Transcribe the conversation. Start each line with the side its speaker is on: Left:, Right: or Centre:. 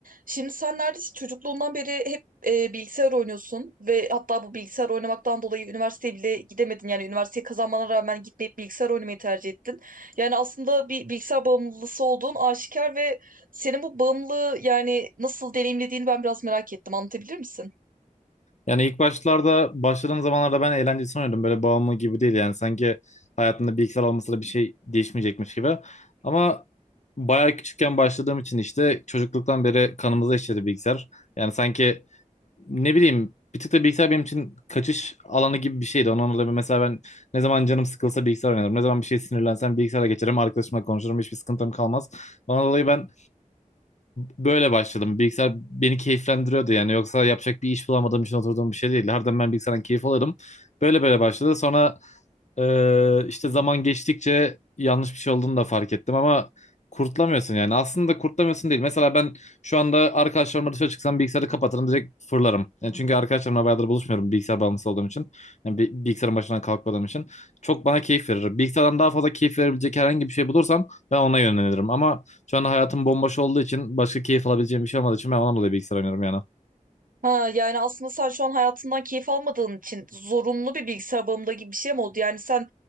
Right: Şimdi sen neredeyse çocukluğundan beri hep e, bilgisayar oynuyorsun ve hatta bu bilgisayar oynamaktan dolayı üniversiteye bile gidemedin. Yani üniversiteyi kazanmana rağmen gitmeyip bilgisayar oynamayı tercih ettin. Yani aslında bir bilgisayar bağımlısı olduğun aşikar ve senin bu bağımlılığı yani nasıl deneyimlediğini ben biraz merak ettim. Anlatabilir misin?
Left: Yani ilk başlarda başladığım zamanlarda ben eğlenceli sanıyordum. Böyle bağımlı gibi değil yani. Sanki hayatımda bilgisayar olmasa da bir şey değişmeyecekmiş gibi. Ama bayağı küçükken başladığım için işte çocukluktan beri kanımıza işledi bilgisayar. Yani sanki ne bileyim bir tık da bilgisayar benim için kaçış alanı gibi bir şeydi. Ondan dolayı mesela ben ne zaman canım sıkılsa bilgisayar oynarım. Ne zaman bir şey sinirlensem bilgisayara geçerim. Arkadaşımla konuşurum. Hiçbir sıkıntım kalmaz. Ondan dolayı ben böyle başladım. Bilgisayar beni keyiflendiriyordu yani. Yoksa yapacak bir iş bulamadığım için oturduğum bir şey değil. Harbiden ben bilgisayardan keyif alırım. Böyle böyle başladı. Sonra ee, işte zaman geçtikçe yanlış bir şey olduğunu da fark ettim ama kurtlamıyorsun yani. Aslında kurtlamıyorsun değil. Mesela ben şu anda arkadaşlarımla dışarı çıksam bilgisayarı kapatırım direkt fırlarım. Yani çünkü arkadaşlarımla bayağıdır buluşmuyorum bilgisayar bağımlısı olduğum için. Yani bi- bilgisayarın başından kalkmadığım için. Çok bana keyif verir. Bilgisayardan daha fazla keyif verebilecek herhangi bir şey bulursam ben ona yönelirim. Ama şu anda hayatım bomboş olduğu için başka keyif alabileceğim bir şey olmadığı için ben ondan dolayı bilgisayar oynuyorum yani
Right: Ha, yani aslında sen şu an hayatından keyif almadığın için zorunlu bir bilgisayar bağımlılığı gibi bir şey mi oldu? Yani sen